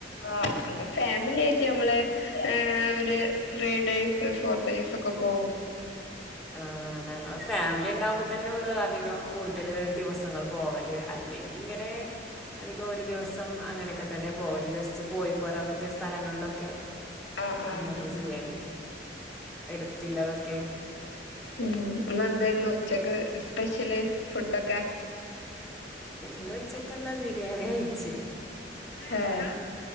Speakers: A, on the left; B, in the centre.
A: ആ പിന്നെ ഫാമിലി ആയിട്ട് നമ്മള് ഹ് ഒരു ത്രീ ഡേസ് ഫോർ ഡേയ്സ് ഒക്കെ പോ
B: ആ ഞങ്ങള് ഫാമിലി ഉണ്ടാവകുമ്പോ തന്നെ ഉള്ളൂ അധികവും കൂടുതല് ദിവസങ്ങൾ പോവല് അല്ലെങ്കി ഇങ്ങനേ അതൊക്കെ ഓരോ ദിവസം അങ്ങനെയൊക്കെ തന്നെ പോവല് ജസ്റ്റ് പോയി പോരാൻ പറ്റിയ സ്ഥലങ്ങളിലൊക്കെ
A: ആഹ് ആഹ്
B: അങ്ങനെ ചെയ്യല് എടുത്തില്ലതൊക്കെ
A: ഉം ഇന്ന് എന്തായിരുന്നു ഉച്ചക്ക് സ്പെഷ്യല് ഫുഡൊക്കെ
B: ഇന്ന് ഉച്ചക്ക് എന്താ ബിരിയാണി അയിച്ചു
A: ആഹ